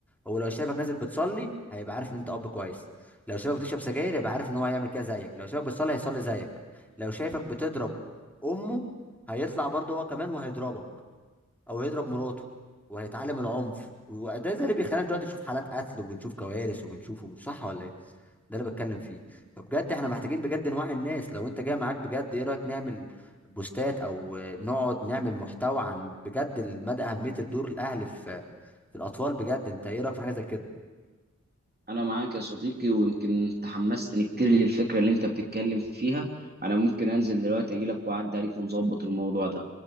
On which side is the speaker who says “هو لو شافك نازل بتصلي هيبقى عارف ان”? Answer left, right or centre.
Centre